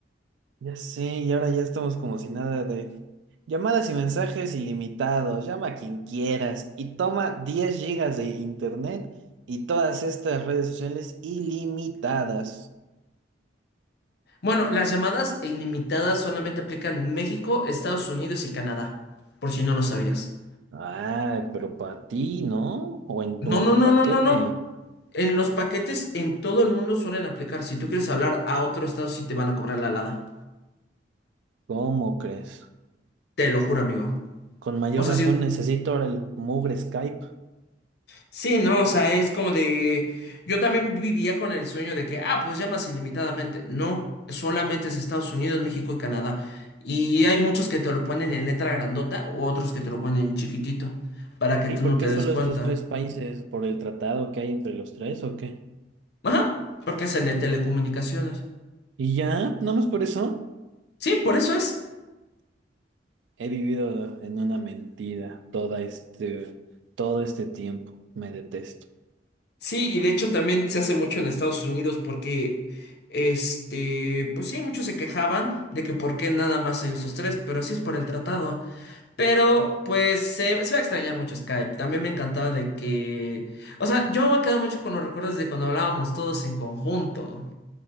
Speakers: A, on the right; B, on the left.
A: Ya sé, y ahora ya estamos como si nada de llamadas y mensajes ilimitados. Llama a quien quieras y toma 10 gigas de internet y todas estas redes sociales ilimitadas.
B: Bueno, las llamadas ilimitadas solamente aplican México, Estados Unidos y Canadá, por si no lo sabías.
A: Ay, pero para ti, ¿no? O en,
B: No,
A: tu- en
B: no,
A: tu
B: no,
A: paquete.
B: no, no, no. En los paquetes en todo el mundo suelen aplicar. Si tú quieres hablar a otro estado, sí te van a cobrar la alada.
A: ¿Cómo crees?
B: Te lo juro, amigo.
A: Con mayor
B: O sea,
A: razón
B: sí,
A: necesito ahora el mugre Skype.
B: sí, no, o sea, es como de... Yo también vivía con el sueño de que, ah, pues llamas ilimitadamente. No, solamente es Estados Unidos, México y Canadá. Y hay muchos que te lo ponen en letra grandota o otros que te lo ponen en chiquitito, para que
A: Sí,
B: tú
A: ¿por
B: no te
A: qué
B: des
A: solo
B: cuenta.
A: estos tres países? ¿Por el tratado que hay entre los tres o qué?
B: Ajá, porque es el de telecomunicaciones.
A: Y ya, nada más por eso,
B: Sí, por eso es.
A: he vivido en una mentira toda este, todo este tiempo. Me detesto.
B: Sí, y de hecho también se hace mucho en Estados Unidos porque, este, pues sí, muchos se quejaban de que por qué nada más ellos los tres, pero sí es por el tratado. Pero pues se, se va a extrañar mucho Skype. También me encantaba de que, o sea, yo me voy a quedar mucho con los recuerdos de cuando hablábamos todos en conjunto